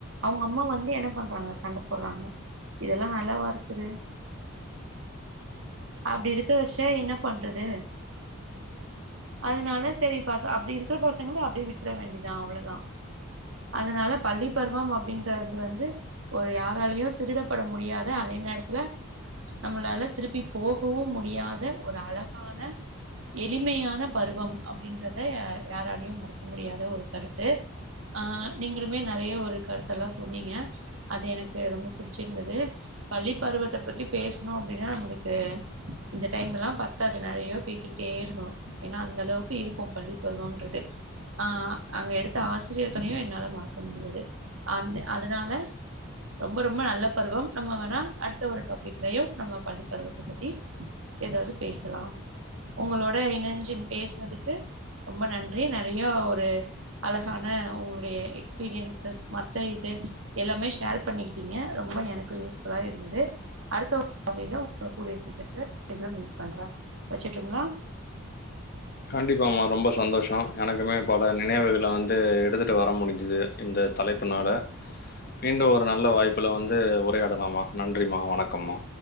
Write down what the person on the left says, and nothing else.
கண்டிப்பாம்மா ரொம்ப சந்தோஷ எனக்குமே பல நினைவுகள வந்து எடுத்துட்டு வர முடிஞ்சுது இந்த இந்த தலைப்பு நாள மீண்டும் ஒரு நல்ல வாய்ப்புல வந்து உரையாடலாமா நன்றிமா வணக்கம்மா